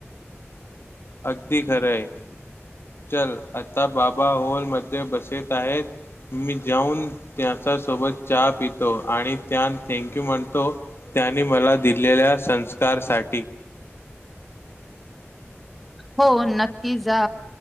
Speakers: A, on the left; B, in the centre.
A: अगदी खरं आहे. चल आता बाबा हॉलमध्ये बसत आहेत. मी जाऊन त्याच्या सोबत चहा पितो आणि त्यांना थँंक यू म्हणतो. त्यांनी मला दिलेल्या संस्कारसाठी,
B: <unintelligible> हो नक्की जा.